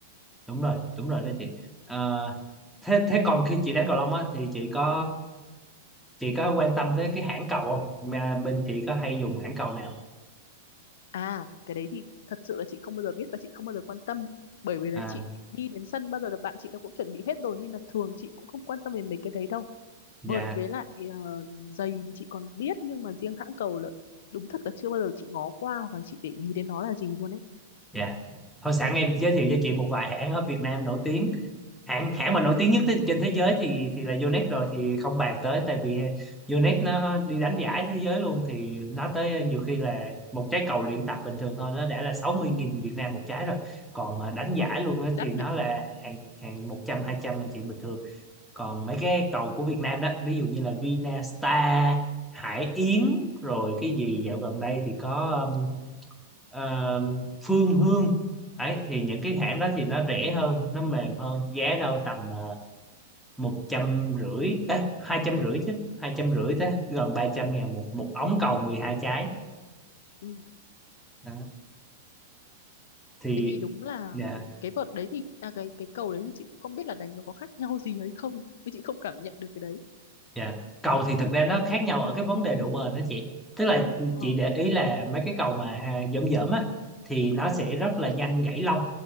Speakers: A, in the centre; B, on the left (about 60°).
A: đúng rồi đúng rồi đó chị Ờ, thế thế còn khi chị đánh cầu lông á thì chị có chị có quan tâm tới cái hãng cầu không mà bên chị có hay dùng hãng cầu nào
B: à cái đấy thì thật sự là chị không bao giờ biết và chị không bao giờ quan tâm bởi vì là
A: à
B: chị đi đến sân bao giờ là bạn chị nó cũng chuẩn bị hết rồi nên là thường chị cũng không quan tâm đến mấy cái đấy đâu
A: dạ
B: vợt với lại ờ, giày thì chị còn biết nhưng mà riêng hãng cầu là đúng thật là chưa bao giờ chị ngó qua và chị để ý đến nó là gì luôn ấy
A: dạ thôi sẵn em giới thiệu cho chị một vài hãng ở Việt Nam nổi tiếng hãng hãng mà nổi tiếng nhất trên thế giới thì thì là Yonex rồi thì không bàn tới tại vì Yonex nó đi đánh giải thế giới luôn thì nó tới nhiều khi là một trái cầu luyện tập bình thường thôi nó đã là sáu mươi 000 Việt Nam một trái rồi còn mà đánh giải
B: ôi ôi
A: luôn á
B: đắt
A: thì nó
B: nhỉ
A: là hàng hàng một trăm hai trăm là chuyện bình thường còn mấy cái cầu của Việt Nam đó ví dụ như là Vinastar Hải Yến rồi cái gì dạo gần đây thì có um, um, Phương Hương Đấy, thì những cái hãng đó thì nó rẻ hơn, nó mềm hơn, giá đâu tầm uh, một trăm rưỡi hai trăm rưỡi chứ hai trăm rưỡi tới gần ba trăm ngàn một một ống cầu 12 trái
B: ừ.
A: đó. thì
B: thế thì đúng là
A: dạ
B: cái vợt đấy thì à, cái cái cầu đấy thì chị cũng không biết là đánh nó có khác nhau gì hay không nhưng chị không cảm nhận được cái đấy
A: dạ cầu thì thực ra nó khác nhau ở cái vấn đề độ bền đó chị tức là
B: ờ.
A: chị để ý là mấy cái cầu mà à, dởm dởm á thì nó sẽ rất là nhanh gãy lông